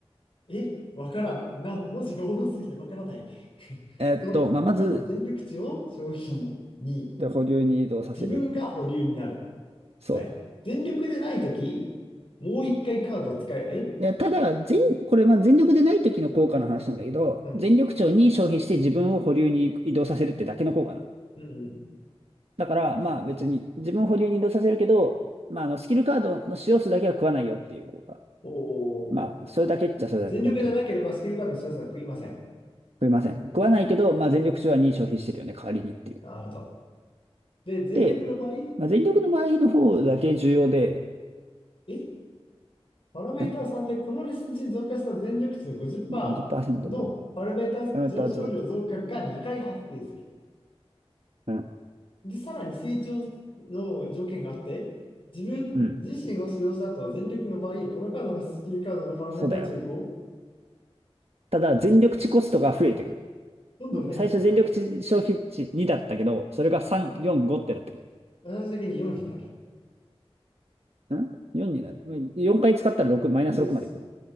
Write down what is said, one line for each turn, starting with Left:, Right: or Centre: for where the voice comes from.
Left: え、わからん。な、文字が多すぎてわからない。<laughs>
Right: えーっと、
Left: と、
Right: まあ、まず、
Left: まず全力値を消費に、
Right: で、保留に移動させる。
Left: 自分が保留になる。
Right: そ
Left: はい。全力でないとき、もう一回カード使え、え
Right: う。で、ただ、全、これ、まあ、全力でない時の効果の話なんだけど、
Left: うん。
Right: 全力値に消費して自分を保留に移動させるってだけの効果なの。
Left: うん。
Right: だから、まあ別に自分を保留に移動させるけど、まああのスキルカードの使用数だけは食わないよっていう効果。
Left: お
Right: まあ、それだけっちゃそれだけ、
Left: 全力じゃなければスキルカードの強さは食いません。
Right: 本当に。食いません。食わないけど、
Left: はい。
Right: まあ、全力手はに消費してるよね、代わりにっていう。
Left: なるほど。で、全力の場合、
Right: で、まあ、全力の場合の方だけ重要で、
Left: えパラメーター3でこのレッスン値に増加した全力値の50%
Right: ん ?50% 分。
Left: のパラメーター上昇量増加が2回発生する。
Right: あなた増加。うん。
Left: で、さらに成長の条件があって、自分自身を使用した後、
Right: うん。
Left: 全力の場合、このカードのスキルカードのパラメータ値が5、
Right: そうだよ。ただ、全力値コストが増えてく
Left: どんどん増えていくのか。
Right: る。最初全力値消費値2だったけど、それが3、4、5ってなってくる。
Left: 最終的に4になる。
Right: ん ?4 になる。4回使ったら6、マイナス6までいくから。
Left: で、し